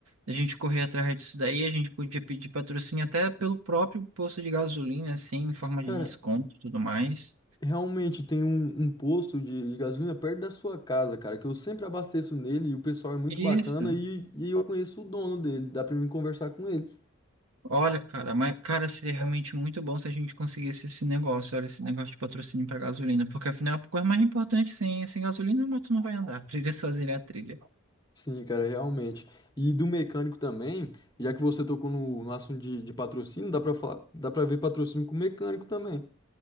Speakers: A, on the right (about 85°); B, on the left (about 20°).
A: A gente correr atrás disso daí, a gente podia pedir patrocínio até pelo próprio posto de gasolina, assim, em forma
B: Cara,
A: de desconto e tudo mais.
B: Realmente tem um, um posto de, de gasolina perto da sua casa, cara, que eu sempre abasteço nele e o pessoal é muito
A: Isso.
B: bacana e, e eu conheço o dono dele, dá pra mim conversar com ele.
A: Olha, cara, mas, cara, seria realmente muito bom se a gente conseguisse esse negócio, olha, esse negócio de patrocínio para gasolina, porque afinal, a coisa mais importante, sem, sem gasolina, a moto não vai andar, <laughs> pra eles fazerem a trilha.
B: Sim, cara, realmente. E do mecânico também, já que você tocou no, no assunto de, de patrocínio, dá pra falar, dá pra ver patrocínio com mecânico também.